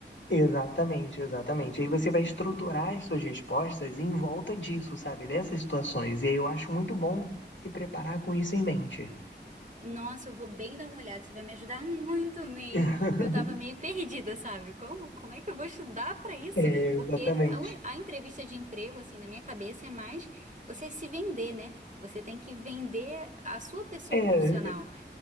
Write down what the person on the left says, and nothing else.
Exatamente, exatamente.
Aí você vai estruturar as suas respostas em volta disso, sabe? Dessas situações. E aí eu acho muito bom se preparar com isso em mente.
<laughs>
É,
exatamente.
É,